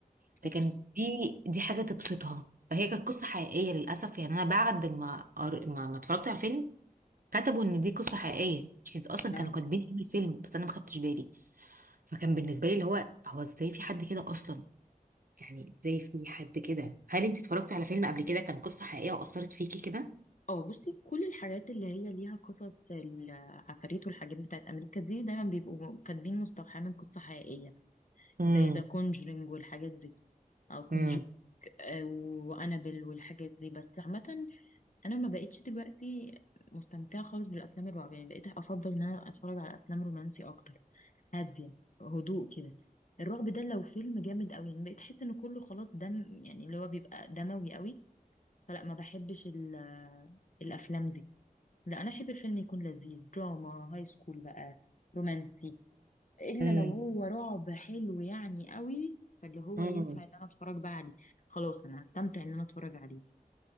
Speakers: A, on the right; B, on the left.
A: فكانت
B: اوبس
A: دي دي حاجة تبسطها فهي كانت قصة حقيقية للأسف يعني أنا بعد ما قر- ما, ما اتفرجت على الفيلم كتبوا إن دي قصة حقيقية شيز أصلا كانوا
B: يا لهوي
A: كاتبين في الفيلم بس أنا ما خدتش بالي فكان بالنسبة لي اللي هو هو إزاي في حد كده أصلا يعني ازاي في حد كده هل انت اتفرجتي على فيلم قبل كده كان قصة حقيقية وأثرت فيكي كده
B: اه بصي كل الحاجات اللي هي ليها قصص العفاريت والحاجات بتاعت امريكا دي دايما بيبقوا كاتبين مستوحاه من قصه حقيقيه
A: امم
B: زي ذا كونجرينج والحاجات دي او كونجور
A: امم
B: وانابل والحاجات دي بس عامه انا ما بقتش دلوقتي مستمتعه خالص بالافلام الرعب يعني بقيت افضل ان انا اتفرج على افلام رومانسي اكتر هاديه هدوء كده الرعب ده لو فيلم جامد قوي يعني بقيت احس ان كله خلاص دم يعني اللي هو بيبقى دموي قوي فلا ما بحبش ال- الافلام دي لا انا احب الفيلم يكون لذيذ دراما هاي سكول بقى رومانسي الا
A: امم
B: لو هو رعب حلو يعني قوي فاللي هو
A: امم
B: ينفع ان انا اتفرج بقى عليه خلاص انا هستمتع ان انا اتفرج عليه